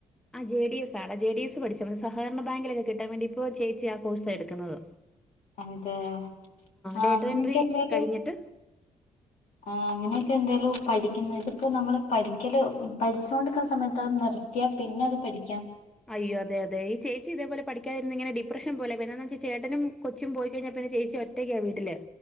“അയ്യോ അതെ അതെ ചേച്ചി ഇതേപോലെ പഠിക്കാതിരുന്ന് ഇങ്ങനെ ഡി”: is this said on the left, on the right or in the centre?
Centre